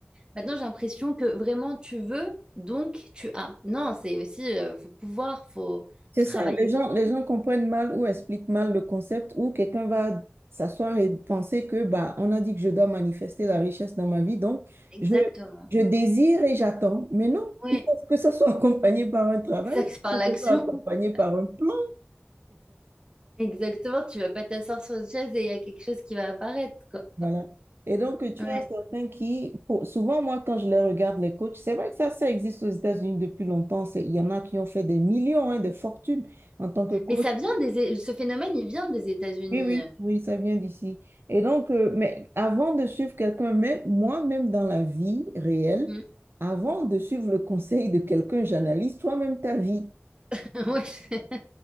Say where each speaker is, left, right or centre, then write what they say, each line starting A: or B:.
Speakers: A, on the right; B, on the right.
A: Maintenant, j'ai l'impression que vraiment tu veux, donc tu as. Non, c'est aussi, il euh, faut pouvoir, il faut,
B: C'est
A: faut
B: ça,
A: travailler
B: les gens,
A: pour.
B: les gens comprennent mal ou expliquent mal le concept ou quelqu'un va s'asseoir et penser que bah, on a dit que je dois manifester la richesse dans ma vie, donc
A: Exactement.
B: je, je désire et j'attends. Mais non,
A: Oui,
B: il faut que ça soit <laughs> accompagné par un travail,
A: exact, par
B: que
A: l'action.
B: ça soit accompagné
A: <laughs>
B: par un plan.
A: Exactement, tu vas pas t'asseoir sur une chaise et il y a quelque chose qui va apparaître, quoi.
B: Voilà. Et donc,
A: Ouais.
B: tu as certains qui, pour- souvent, moi, quand je les regarde, les coachs, c'est vrai que ça, ça existe aux États-Unis depuis longtemps. C'est- Il y en a qui ont fait des millions, hein, de fortunes en tant que coach.
A: Mais ça vient des, ce phénomène, il vient des États-Unis.
B: Oui, oui, oui, ça vient d'ici. Et donc, euh, mais avant de suivre quelqu'un, même moi-même dans la vie réelle,
A: Mm.
B: avant de suivre le conseil de quelqu'un, j'analyse toi-même ta vie.
A: <laughs> Ouais.